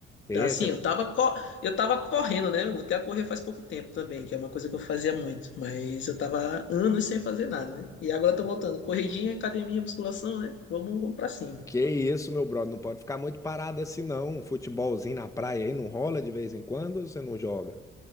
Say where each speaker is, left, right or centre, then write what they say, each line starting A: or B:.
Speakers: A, on the left (about 15°); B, on the left (about 70°).
A: É,
B: Tá, Assim,
A: cê-
B: eu tava, co- eu tava correndo, né? Eu voltei a correr faz pouco tempo também, que é uma coisa que eu fazia muito, mas eu tava anos sem fazer nada, né? E agora eu tô voltando. Corridinha, academia, musculação, né? Vamos, vamos pra cima.
A: Que isso, meu brother? Não pode ficar muito parado assim, não. Um futebolzinho na praia aí não rola de vez em quando ou você não joga?